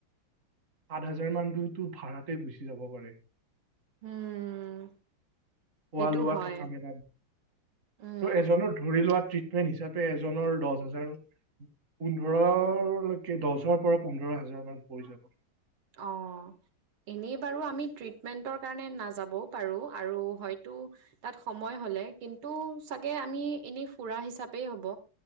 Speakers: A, on the right; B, on the right.
A: সাত হাজাৰ মান দুয়োতো ভাৰাতে গুচি যাব পাৰে।
B: উম',।
A: হোৱা
B: সেইটো
A: লোৱা
B: হয়
A: থকা মেলা ত'
B: উম
A: এজনৰ ধৰি লোৱা তৃতীয়। হেটো হিচাপে এজনৰ দহ হাজাৰ পোন্ধৰলৈকে দহৰ পৰা পোন্ধৰ হাজাৰ মান পৰি যাব।
B: অঁ ', এনেই বাৰু আমি ট্ৰিটমেণ্টৰ কাৰণে নাযাবও পাৰোঁ। আৰু হয়তো তাত সময় হ'লে কিন্তু চাগে আমি এনেই ফুৰা হিচাপেই হ'ব।